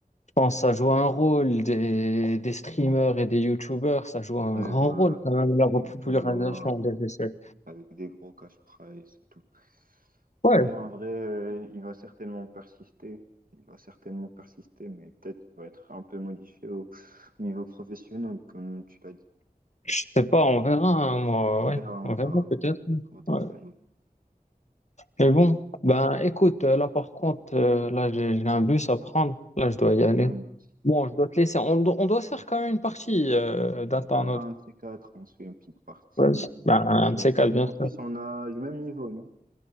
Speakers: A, on the left (about 45°); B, on the right (about 60°).
A: pense que ça joue un rôle des, des streamers et des youtubeurs, ça joue un
B: Ouais,
A: grand
B: voilà.
A: rôle quand même, la
B: Il
A: popularisation
B: y a des tournois
A: des essais.
B: avec des gros cash prize et tout.
A: Ouais,
B: Ouais, en vrai, euh, il va certainement persister. Il va certainement persister, mais peut-être qu'il va être un peu modifié au niveau professionnel, comme tu l'as dit.
A: je sais pas, on verra, hein, moi,
B: On
A: ouais,
B: verra, on
A: on
B: verra
A: verra peut-être.
B: quand
A: Ouais.
B: les années.
A: Mais bon, ben écoute, euh, là par contre, euh, là j'ai j'ai un bus à prendre, là je dois y aller.
B: Ouais, mais-
A: Bon, je dois te laisser, on, do- on doit se faire quand même une partie euh, d'un temps
B: ouais,
A: à
B: un
A: un autre.
B: de ces quatre, on se fait une petite partie.
A: Vas-y. Ben, un
B: Ouais,
A: de ces quatre,
B: ouais.
A: bien
B: En
A: sûr.
B: plus, on a le même niveau, non?